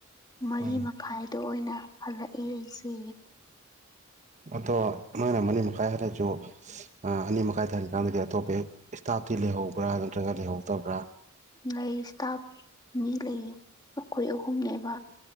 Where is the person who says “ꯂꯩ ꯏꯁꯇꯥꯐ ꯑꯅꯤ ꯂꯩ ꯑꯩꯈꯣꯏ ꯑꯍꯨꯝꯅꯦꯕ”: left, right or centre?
Left